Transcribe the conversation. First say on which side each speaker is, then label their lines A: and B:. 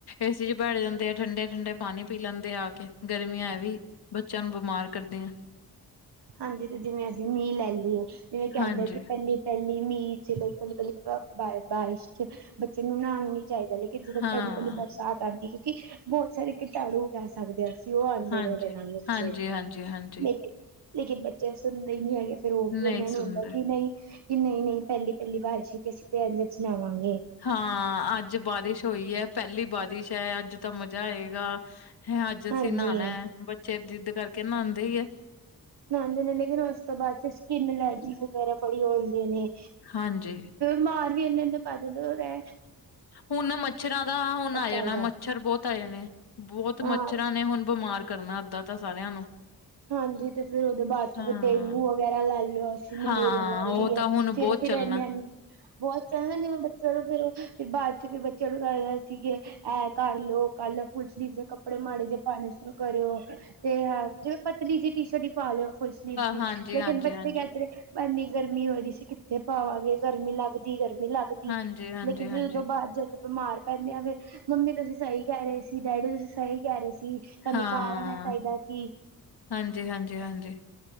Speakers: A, on the left (about 70°); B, on the right (about 75°).
A: ਏਸੀ ਚ ਬੈਠ ਜਾਂਦੇ ਆ, ਠੰਡੇ- ਠੰਡੇ ਪਾਣੀ ਪੀ ਲੈਂਦੇ ਆ- ਆ ਕੇ ਗਰਮੀਆਂ ਐ ਵੀ ਬੱਚਿਆਂ ਨੂੰ ਬਿਮਾਰ ਕਰਦੀਆਂ।
B: ਹਾਂਜੀ, ਤੇ ਜਿਵੇਂ ਅਸੀਂ ਮੀਂਹ ਲੈ ਲਈਏ, ਜਿਵੇਂ ਕਹਿੰਦੇ
A: ਹਾਂਜੀ
B: ਆ ਕਿ ਪਹਿਲੀ ਪਹਿਲੀ ਮੀਂਹ ਚ ਇਕੱਲੀ -ਇਕੱਲੀ ਬਾਰਿਸ਼ ਚ ਬੱਚੇ ਨੂੰ ਨਹਾਣਾ ਨੀ ਚਾਹੀਦਾ। ਕਿ ਜਦੋਂ
A: ਹਾਂ
B: ਪਹਿਲੀ -ਪਹਿਲੀ ਬਰਸਾਤ ਆਉਂਦੀ ਸੀ, ਕਿ ਬਹੁਤ ਸਾਰੇ ਕੀਟਾਣੂ ਉਗਾ ਸਕਦੇ ਅਸੀਂ। ਵੀ ਉਹ ਆਉਂਦੇ
A: ਹਾਂਜੀ
B: ਨੇ ਉਹਦੇ ਨਾਲ ਮਛਰ
A: ਹਾਂਜੀ ਹਾਂਜੀ ਹਾਂਜੀ
B: ਲੇ। ਲੇਕਿਨ ਬੱਚੇ ਸੁਣਦੇ ਹੀ ਨਹੀਂ ਹੈਗੇ, ਫੇਰ ਉਹ ਵੀ
A: ਨਹੀਂ
B: ਉਹਨਾਂ ਨੂੰ
A: ਸੁਣਦੇ
B: ਹੁੰਦਾ ਕਿ ਨਹੀਂ ਕਿ ਨਹੀਂ- ਨਹੀਂ ਪਹਿਲੀ -ਪਹਿਲੀ ਬਾਰਿਸ਼ ਵਿਚ ਅਸੀਂ ਤੇ ਇੰਦੇ ਚ ਨਾਵਾਂਗੇ।
A: ਹਾਂ, ਅੱਜ ਬਾਰਿਸ਼ ਹੋਈ ਹੈ, ਪਹਿਲੀ ਬਾਰਿਸ਼ ਹੈ, ਅੱਜ ਤਾਂ ਮਜ਼ਾ ਆਏਗਾ। ਹੈ, ਅੱਜ ਅਸੀਂ
B: ਹਾਂਜੀ
A: ਨਹਾਉਣਾ ਹੈ, ਬੱਚੇ ਜਿੱਦ ਕਰਕੇ ਨਹਾਉਂਦੇ ਹੀ ਏ।
B: ਨਹਾਉਂਦੇ ਨੇ, ਲੇਕਿਨ ਉਸ ਤੋਂ ਬਾਅਦ ਫਿਰ ਸਕਿੰਨ ਲੈਟ ਵਗੈਰਾ ਬੜੀ ਹੁੰਦੇ ਨੇ।
A: ਹਾਂਜੀ।
B: ਮਾਰ ਵੀ ਇਹਨੇ -ਇਹਨੇ ਪੈਸੇ ਦਿੰਦੇ ਹੋਣੇ।
A: ਹੁਣ ਮੱਛਰਾਂ ਦਾ ਹੁਣ ਆ ਜਾਣਾ,
B: ਚੱਲਦਾ
A: ਮੱਛਰ ਬਹੁਤ ਆ ਜਾਣੇ। ਬਹੁਤ
B: ਹਾਂ
A: ਮੱਛਰਾਂ ਨੇ ਹੁਣ ਬਿਮਾਰ ਕਰਨਾ ਉਦਾਂ ਤਾਂ ਸਾਰਿਆਂ ਨੂੰ।
B: ਹਾਂਜੀ, ਤੇ ਫੇਰ ਉਹਦੇ ਬਾਅਦ
A: ਹਾਂ।
B: ਚ ਡੇਂਗੂ ਵਗੈਰਾ ਲੈ ਲਿਓ, ਅਸੀਂ ਮਲੇਰੀਆ
A: ਹਾਂ
B: ਲੈ
A: ਉਹ
B: ਲਈਏ।
A: ਤਾਂ ਹੁਣ
B: ਫਿਰ-
A: ਬਹੁਤ
B: ਫਿਰ
A: ਚੱਲਣਾ
B: ਆਨ -ਆਨੀ। ਬਹੁਤ ਸ ਜਿਵੇਂ ਬੱਚਿਆਂ ਨੂੰ, ਫਿਰ ਬਾਅਦ ਬੱਚਿਆਂ ਨੂੰ ਗਾਇਆ ਸੀਗੇ। ਆ ਕਰ ਲੋਓ, ਓ ਕਰਲੋ, ਫੁਲ ਸਲੀਫ ਜੇ ਕੱਪੜੇ ਮਾੜੇ ਜਿਹੇ ਪਾਉਣੇ ਸ਼ੁਰੂ ਕਰਿਓ। ਤੇ ਹਾਂ, ਜਿਵੇਂ ਪਤਲੀ ਜੀ ਟੀ ਸ਼ਰਟ ਹੀ ਪਾ ਲਿਓ ਫੁੱਲ ਸਲੀਵ ਦੀ,
A: ਹਾਂਜੀ,
B: ਲੇਕਿਨ
A: ਹਾਂਜੀ,
B: ਬੱਚ
A: ਹਾਂਜੀ,
B: ਕਹਿ ਰ ਇੰਨੀ ਗਰਮੀ ਹੋ ਰਹੀ ਸੀ, ਕਿੱਥੇ ਪਾਵਾਂਗੇ, ਗਰਮੀ ਲੱਗਦੀ- ਗਰਮੀ ਲੱਗਦੀ। ਜੀ
A: ਹਾਂਜੀ, ਹਾਂਜੀ,
B: ਲੇਕਿਨ
A: ਹਾਂਜੀ,
B: ਉਹੋਂ ਬਾਅਦ ਚ ਬਿਮਾਰ ਪੈਂ ਜਾਵੇ, ਫਿਰ ਮੰਮੀ ਤੁਸੀਂ ਸਹੀ ਕਹਿ ਰਹੇ ਸੀ, ਡੈਡੀ ਤੁਸੀਂ ਸਹੀ ਕਹਿ ਰਹੇ ਸੀ। ਸਾਨੂੰ
A: ਹਾਂ -ਹਾਂ-
B: ਬਾਹਰ ਆਣਾ ਚਾਹੀਦਾ
A: ਹਾਂ
B: ਸੀ
A: -ਹਾਂ ਹਾਂਜੀ- ਹਾਂਜੀ- ਹਾਂਜੀ।